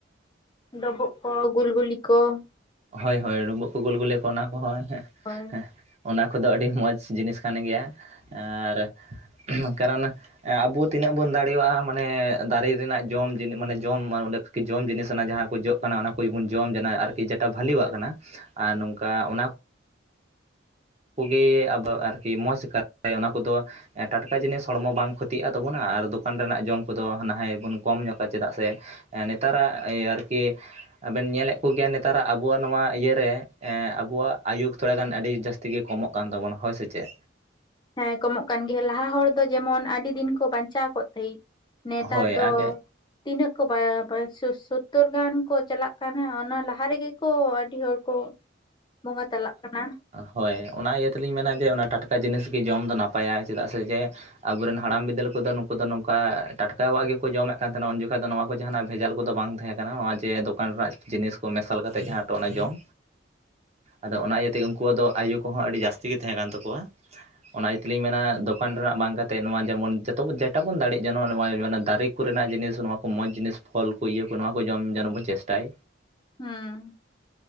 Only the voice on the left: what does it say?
ᱰᱚᱵᱳᱜ ᱠᱚ ᱜᱩᱞ ᱜᱩᱞᱤ ᱠᱚᱸ,
ᱦᱳᱭ
ᱦᱮᱸ ᱠᱚᱢᱚᱜ ᱠᱟᱱ ᱜᱮ, ᱞᱟᱦᱟ ᱦᱚᱲ ᱫᱚ ᱡᱮᱢᱚᱱ ᱟᱹᱰᱤ ᱫᱤᱱ ᱠᱚ ᱵᱟᱧᱪᱟᱼᱣ ᱠᱚᱜ ᱛᱟᱦᱮᱜ, ᱱᱮᱛᱟᱨ
ᱫᱚ
ᱛᱤᱱᱟᱹᱜ ᱠᱚ ᱵᱟ ᱥᱳ ᱥᱳᱛᱳᱚᱨ ᱜᱟᱱ ᱠᱚ ᱪᱟᱞᱟᱜ ᱠᱟᱱᱟ ᱚᱱᱟ ᱞᱟᱦᱟ ᱨᱮᱹᱜᱮ ᱠᱚ ᱟᱹᱰᱤ ᱦᱚᱲ ᱠᱚ ᱵᱚᱸᱜᱟ ᱛᱟᱞᱟᱜ ᱠᱟᱱᱟ᱾
ᱦᱩᱸ